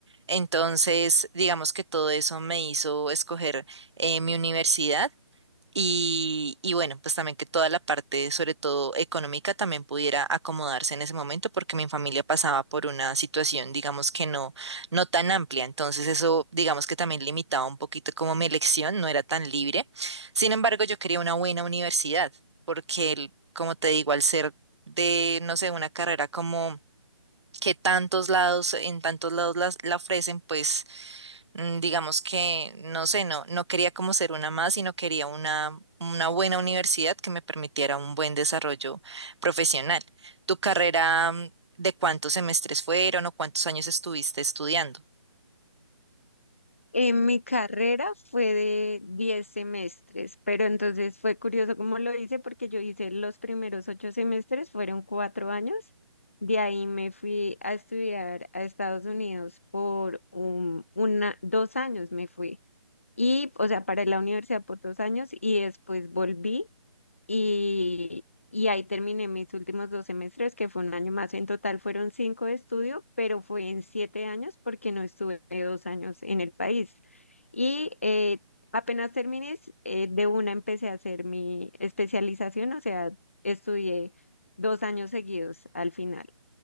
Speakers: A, on the right; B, on the left.
A: Entonces, digamos que todo eso me hizo escoger eh, mi universidad y, y bueno, pues también que toda la parte, sobre todo económica, también pudiera acomodarse en ese momento, porque mi familia pasaba por una situación, digamos que no, no tan amplia. Entonces eso, digamos que también limitaba un poquito como mi elección, no era tan libre. Sin embargo, yo quería una buena universidad, porque el- como te digo, al ser de, no sé, una carrera como que tantos lados, en tantos lados las- la ofrecen, pues mm, digamos que, no sé, no, no quería como ser una más, sino quería una, una buena universidad que me permitiera un buen desarrollo profesional. ¿Tu carrera, mm, de cuántos semestres fueron o cuántos años estuviste estudiando?
B: En mi carrera fue de 10 semestres, pero entonces fue curioso cómo lo hice porque yo hice los primeros ocho semestres, fueron cuatro años. De ahí me fui a estudiar a Estados Unidos por un, una, dos años me fui. Y, o sea, para la universidad por dos años y después volví y, y ahí terminé mis últimos dos semestres, que fue un año más. En total fueron cinco de estudio, pero fue en siete años porque no estuve dos años en el país. Y eh, apenas terminé, s- eh, de una empecé a hacer mi especialización, o sea, estudié dos años seguidos al final.